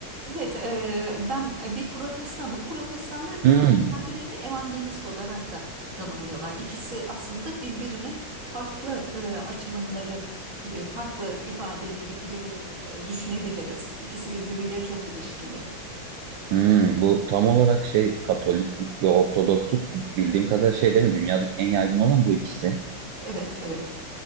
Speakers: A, on the right; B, on the right.
A: Evet, e, ben e, bir protestanım. Protestanlar genelde
B: Hmm.
A: kendilerini evangelist olarak da tanımlıyorlar. İkisi aslında birbirinin farklı e, açılımları gibi, farklı ifadeleri gibi de e, düşünebiliriz. İkisi birbiriyle çok ilişkili.
B: Hmm, bu tam olarak şey Katoliklik ve Ortodoksluk bildiğim kadarıyla şey değil mi? Dünyadaki en yaygın olan bu ikisi.
A: Evet, evet.